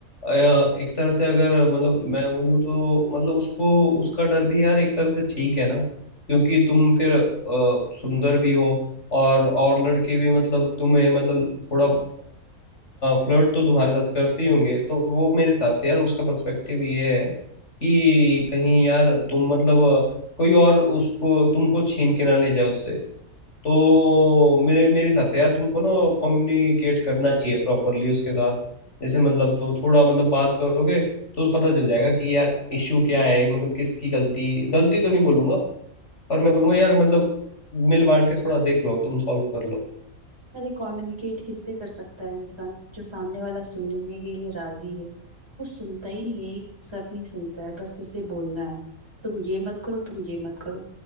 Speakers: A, on the left (about 50°); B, on the right (about 15°).
A: अ, एक तरह से अगर मतलब मैं बोलूँ तो मतलब उसको उसका डर भी यार एक तरह से ठीक है ना क्योंकि तुम फिर अ, सुंदर भी हो और और लड़के भी मतलब तुम्हें मतलब थोड़ा फ्लर्ट तो तुम्हारे साथ करते ही होंगे तो वो मेरे हिसाब से यार उसका पर्सपेक्टिव ये है कि कहीं यार तुम मतलब अ, कोई और उसको तुमको छीन के ना ले जाए उससे तो मेरे मेरे हिसाब से यार तुमको ना कम्युनिकेट करना चाहिए प्रॉपरली उसके साथ जैसे मतलब तो थोड़ा मतलब बात करोगे तो पता चल जाएगा कि यार इश्यू क्या है मतलब किसकी गलती गलती तो नहीं बोलूंगा पर मैं बोलूंगा यार मतलब मिल बांट के थोड़ा देख लो तुम सॉल्व कर लो
B: अरे कम्युनिकेट किससे कर सकता है इंसान जो सामने वाला सुनने के लिए राजी हो वो सुनता ही नहीं है एक सब नहीं सुनता है बस उसे बोलना है तुम ये मत करो तुम ये मत करो